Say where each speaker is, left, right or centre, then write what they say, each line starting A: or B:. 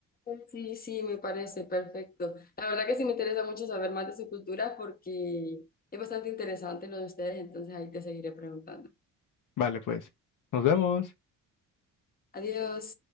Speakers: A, on the left; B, on the left.
A: Sí, sí, me parece perfecto. La verdad que sí me interesa mucho saber más de su cultura porque es bastante interesante lo de ustedes, entonces ahí te seguiré preguntando.
B: Vale, pues. Nos vemos.
A: Adiós.